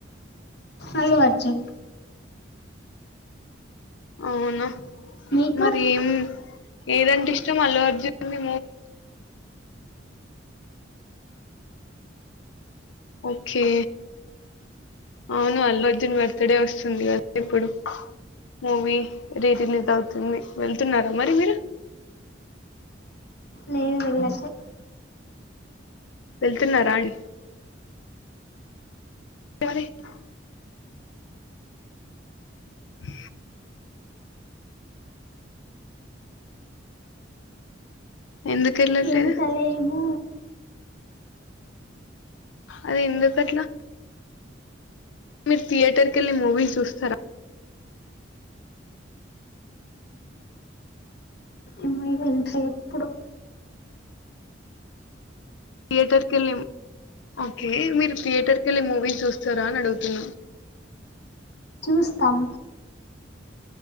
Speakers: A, on the left; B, on the left.
A: అల్లు అర్జున్
B: అవునా
A: మీకు
B: మరి ఏం ఏదంటే ఇష్టం అల్లు అర్జున్ మీ ఓకే అవును అల్లు అర్జున్ బర్త్డే వస్తుంది కదా ఇప్పుడు మూవీ రీరిలీజ్ అవుతుంది వెళ్తున్నారా మరి మీరు
A: లేేను వెళ్ళట్లే
B: వెళ్తున్నరా అండి <inaudible> ఆ ఎందుకుఎళ్లట్లేదు
A: వెళ్తలేము
B: అది ఎందుకట్లా మీరు థయటర్ కి వెళ్ళి మూవీ చూస్తారా
A: ఇమెయిల్ చేయ్ ఎప్పుడు
B: థియేటర్ కెళ్ళి ఓకే మీరు థియేటర్ కెళ్ళి మూవీ చూస్త సరా అడుగుతున
A: చూస్తాం